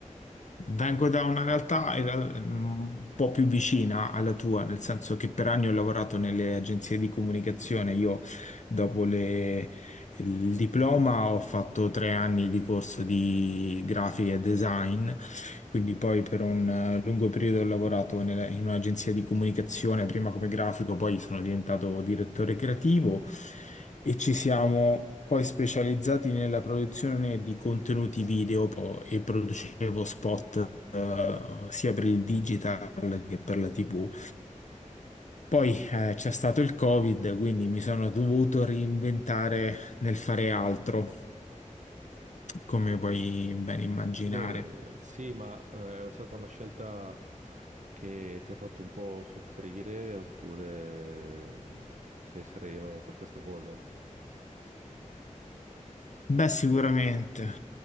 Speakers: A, on the left; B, on the right.
A: Vengo da una realtà in real- mm, un po' più vicina alla tua, nel senso che per anni ho lavorato nelle agenzie di comunicazione. Io, dopo le- il diploma, ho fatto tre anni di corso di grafica e design quindi poi per un eh, lungo periodo ho lavorato nella- in un'agenzia di comunicazione, prima come grafico, poi sono diventato direttore creativo e ci siamo poi specializzati nella produzione di contenuti video po- e producevo spot eh, sia per il digital che per la TV. Poi eh, c'è stato il Covid, quindi mi sono dovuto reinventare nel fare altro, come puoi ben immaginare.
B: beh, sì, ma eh, è stata una scelta che ti ha fatto un po' soffrire, oppure mm, sei sereno per questa cosa?
A: Beh, sicuramente.